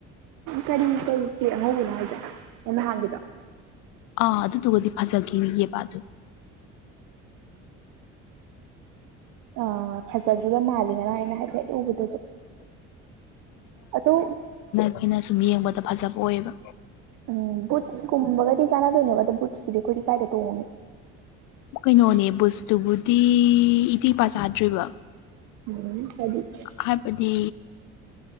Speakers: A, on the right (about 65°); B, on the left (about 65°).
A: ꯀꯔꯤ ꯀꯔꯤ ꯐꯤ ꯑꯉꯧꯕꯅꯣ ꯍꯥꯏꯖꯦ ꯅꯣꯏ ꯅꯍꯥꯟꯒꯤꯗꯣ
B: ꯑꯥ ꯑꯗꯨꯗꯨꯒꯗꯤ ꯐꯖꯒꯤꯌꯦꯕ ꯑꯗꯨ
A: ꯑ ꯐꯖꯒꯤꯕ ꯃꯥꯜꯂꯤ ꯉꯔꯥꯡ ꯑꯩ ꯅꯦ ꯍꯥꯏꯐꯦꯠ ꯎꯕꯗꯁꯨ ꯑꯗꯨ
B: ꯑꯈꯣꯏꯅ ꯁꯨꯝ ꯌꯦꯡꯕꯗ ꯐꯖꯕ ꯑꯣꯏꯌꯦꯕ
A: ꯎꯝ ꯕꯨꯠꯁꯀꯨꯝꯕꯒꯗꯤ ꯆꯥꯟꯅꯗꯣꯏꯅꯦꯕ ꯑꯗꯣ ꯕꯨꯠꯁꯇꯨꯗꯤ ꯑꯩꯈꯣꯏꯗꯤ ꯀꯥꯏꯗ ꯇꯣꯡꯉꯨꯅꯤ
B: ꯀꯩꯅꯣꯅꯦ ꯚꯨꯁꯇꯨꯕꯨꯗꯤ ꯏꯇꯤꯛ ꯏꯄꯥ ꯆꯥꯗ꯭ꯔꯤꯕ
A: ꯎꯝ ꯐꯗꯤ
B: ꯍꯥꯏꯕꯗꯤ